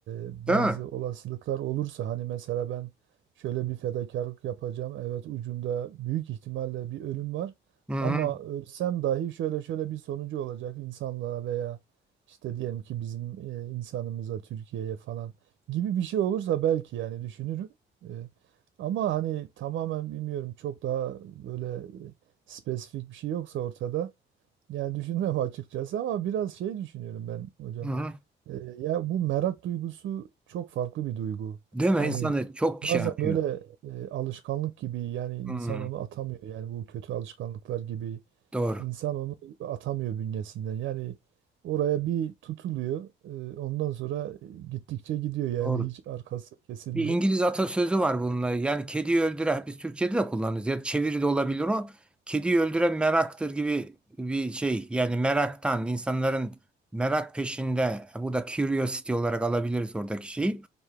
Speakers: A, on the right; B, in the centre.
A: e,
B: Değil
A: bazı
B: mi?
A: olasılıklar olursa hani mesela ben şöyle bir fedakarlık yapacağım. Evet ucunda büyük ihtimalle bir ölüm var
B: Hı hı.
A: ama ölsem dahi şöyle şöyle bir sonucu olacak insanlığa veya işte diyelim ki bizim e, insanımıza Türkiye'ye falan gibi bir şey olursa belki yani düşünürüm. E, ama hani tamamen bilmiyorum çok daha böyle spesifik bir şey yoksa ortada yani düşünmem açıkçası ama biraz şey düşünüyorum ben hocam.
B: Hı hı.
A: Ee, ya bu merak duygusu çok farklı bir duygu.
B: Değil mi?
A: Hani
B: İnsanı çok
A: bazen
B: şey yapıyor.
A: böyle e, alışkanlık gibi yani insan
B: Hı,
A: onu atamıyor. Yani bu kötü alışkanlıklar gibi
B: doğru.
A: insan onu atamıyor bünyesinden. Yani oraya bir tutuluyor. e, ondan sonra gittikçe gidiyor yani
B: Doğru.
A: hiç arkası kesilmiyor.
B: Bir İngiliz atasözü var bununla. Yani kediyi öldüren biz Türkçe'de de kullanırız. Ya çeviri de olabilir o. Kediyi öldüren meraktır gibi bir şey. Yani meraktan insanların merak peşinde bu da curiosity olarak alabiliriz oradaki şeyi.